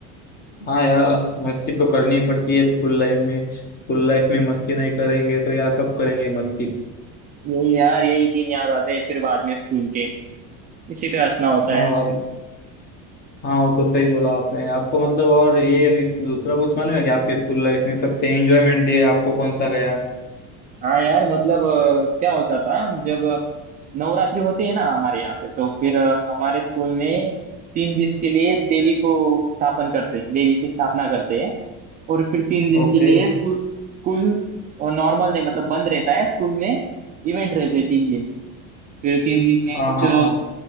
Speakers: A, on the left; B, on the right.
A: हाँ यार मस्ती तो करनी पड़ती है स्कूल लाइफ में स्कूल लाइफ में मस्ती नहीं करेंगे तो यार कब करेंगे मस्ती
B: यही यार यही दिन याद आते हैं फिर बाद में स्कूल के इसी पे हंसना होता
A: हाँ
B: है
A: बात हाँ वो तो सही बोला आपने आपको मतलब और ये दिस- दूसरा कुछ मालूम है कि आपके स्कूल लाइफ में सबसे एंजॉयमेंट दिया आपको कौन सा गया
B: हाँ यार मतलब अ, क्या होता था जब नवरात्रि होती है ना हमारे यहाँ पे तो फिर अ, हमारे स्कूल में तीन दिन के लिए देवी को स्थापन करते देवी की स्थापना करते हैं और फिर तीन दिन
A: ओके
B: के लिए स्कूल स्कूल नॉर्मल नहीं मतलब बंद रहता है स्कूल में इवेंट रहते हैं तीन दिन फिर तीन दिन में
A: हाँ
B: कुछ
A: हाँ हाँ